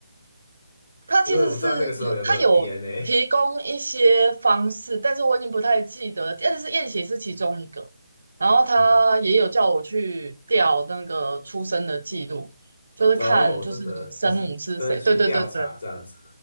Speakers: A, on the right; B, on the left.
A: 他其实是他有提供一些方式，
B: 因为我不知道那个时候有没有 DNA。
A: 但是我已经不太记得了。但是验血是其中一个，然后他也有叫我去调那个出生的记录，
B: 嗯，
A: 就是看就是生母是谁。
B: 哦，真的就是真的去调查这样子，
A: 对对对对